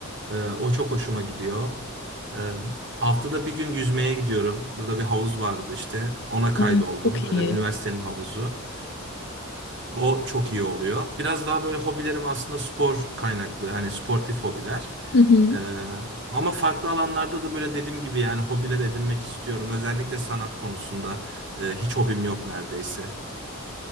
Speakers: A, on the right (about 55°); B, on the left (about 50°).
A: Ee, o çok hoşuma gidiyor. Ee, haftada bir gün yüzmeye gidiyorum. Burada bir havuz vardı işte. Ona kaydoldum.
B: Ay, çok
A: Böyle
B: iyi.
A: üniversitenin havuzu. <laughs> O çok iyi oluyor. Biraz daha böyle hobilerim aslında spor kaynaklı. Hani sportif hobiler.
B: Hı hı.
A: Ee, ama farklı alanlarda da böyle dediğim gibi yani hobiler edinmek istiyorum. Özellikle sanat konusunda e, hiç hobim yok neredeyse.